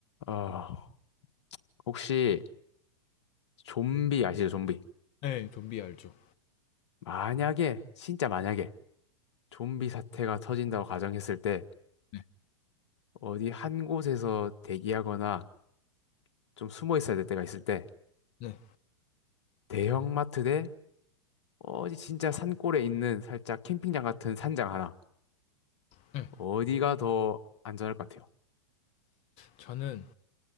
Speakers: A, on the left; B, on the left.
A: 어, 혹시 좀비 아시죠? 좀비.
B: 네. 좀비 알죠.
A: 만약에, 진짜 만약에 좀비 사태가 터진다고 가정했을 때
B: 네.
A: 어디 한 곳에서 대기하거나 좀 숨어 있어야 될 때가 있을 때
B: 네.
A: 대형마트 대 어디 진짜 산골에 있는 살짝 캠핑장 같은 산장 하나.
B: 네.
A: 어디가 더 안전할 것 같아요?
B: 저는